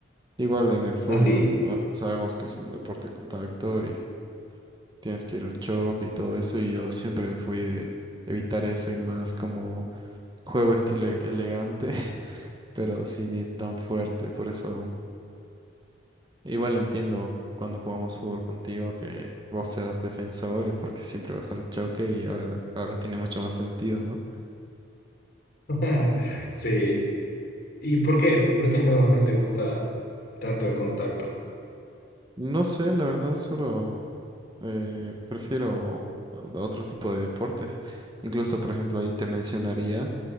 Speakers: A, on the right; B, on the left.
A: Igual en el fútbol,
B: ¿Ah, sí?
A: ah, sabemos que es un deporte de contacto y tienes que ir al choque y todo eso, y yo siempre fui de evitar eso y más como juego estilo e- elegante, <laughs> pero sin ir tan fuerte. Por eso, igual entiendo cuando jugamos fútbol contigo que vos seas defensor, eh, porque siempre vas al choque y ahora, ahora tiene mucho más sentido, ¿no?
B: <laughs> Sí. ¿Y por qué? ¿Por qué no, no te gusta tanto el contacto?
A: No sé, la verdad, solo... Eh, prefiero otro tipo de deportes. Incluso, por ejemplo, ahí te mencionaría